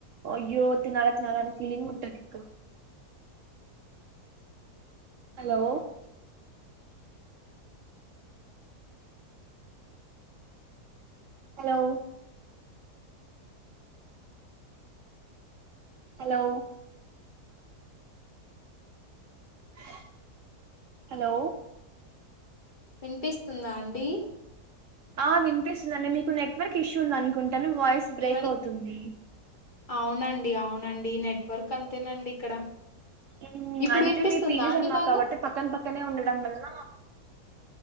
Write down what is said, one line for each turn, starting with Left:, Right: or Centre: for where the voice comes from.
Right: అయ్యో తినాలా తినాలా అనే ఫీలింగ్ ఉంటంది. ఇంకా
Left: అ <inaudible>
Right: హలో హలో హలో హ్ హలో
Left: వినిపిస్తుందా? అండి
Right: ఆ వినిపిస్తుందండి మీకు నెట్వర్క్ ఇష్యూ ఉంది. అనుకుంటాను వాయిస్ బ్రేక్
Left: ఏమని?
Right: అవుతుంది.
Left: అవునండి అవునండి నెట్వర్క్ అంతేనండి ఇక్కడ
Right: ఊమ్
Left: ఇప్పుడు
Right: అంటే
Left: వినిపిస్తుందా
Right: మీ పీజీస్
Left: అండి
Right: అన్నారు
Left: బాగా?
Right: కాబట్టి పక్కన పక్కనే ఉండడం వల్ల